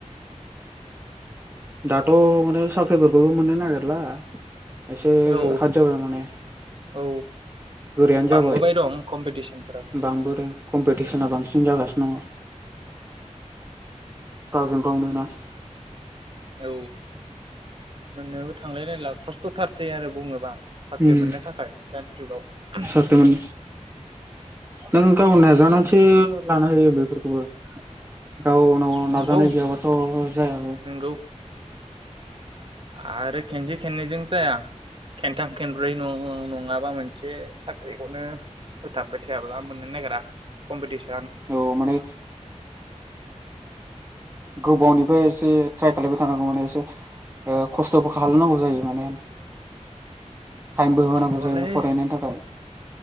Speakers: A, on the right; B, on the right.
A: दाथ' माने साख्रिफोरखौबो मोननो नागिरला एसे
B: औ
A: हाद जाबाय माने
B: औ
A: गोरायानो
B: बांबोबाय
A: जाबाय
B: दं कम्पिटिसनफोराबो
A: बांबोदों कम्पिटिसना बांसिन जागासिनो न' गावजों गावनो ना <inaudible>
B: औ मोननोबो थांलायलायला खस्थ'थारसै आरो बुङोबा साख्रि
A: उम
B: मोननो थाखाय दानि जुगाव
A: साख्रि मोन नों गाव नाजानानैसो लानो हायो बेफोरखौबो गावनाव
B: नंगौ
A: नाजानाय गैयाबाथ' जायाबो
B: नंगौ आरो खेनसे खेननैजों जाया खेन थाम खेब्रै नङाबा मोनसे साख्रिखौनो होथाबबाय थायाब्ला मोननो नागिरा कम्पिटिसन
A: औ माने गोबावनिफ्राय एसे ट्राय खालबाय थानांगौ माने एसे खस्थ'बो खालामलनांगौ जायो माने टाइमबो
B: खस्थ'आलाय
A: होनांगौ जायो फरायनायनि थाखाय